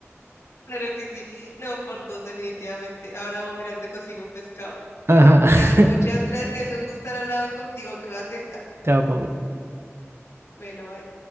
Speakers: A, on the left; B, on the right.
A: Claro que sí. No, por dos, definitivamente. Ahora voy mirando y consigo un pescado.
B: <laughs>
A: Sebas, muchas gracias. Un gusto estar al lado contigo. Quedo atenta.
B: Chao, Paul.
A: Bueno, bye.